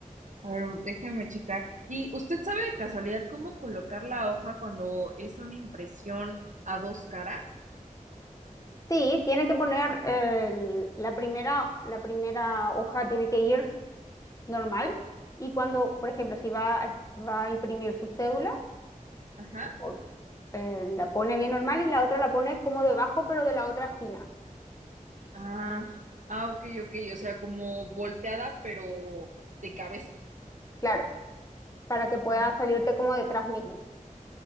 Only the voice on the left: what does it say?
sí, tiene que poner el- la primera, la primera hoja tiene que ir normal y cuando, por ejemplo, si va, a- va a imprimir su cédula,
o- eh, la pone bien normal y la otra la pone como debajo, pero de la otra esquina,
claro, para que pueda
salirte como detrás mismo.